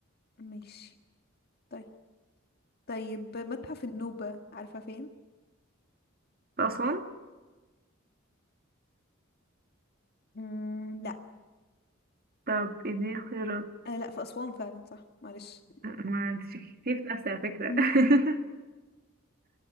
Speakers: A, on the left; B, on the right.
A: ماشي طيب طيب متحف النوبة عارفة فين؟
B: أسوان
A: مم، لا
B: طب اديني اختيارات
A: آه لا في أسوان فعلا صح معلش
B: ما انت شكيتي في نفسي على فكرة
A: مم.
B: <laughs>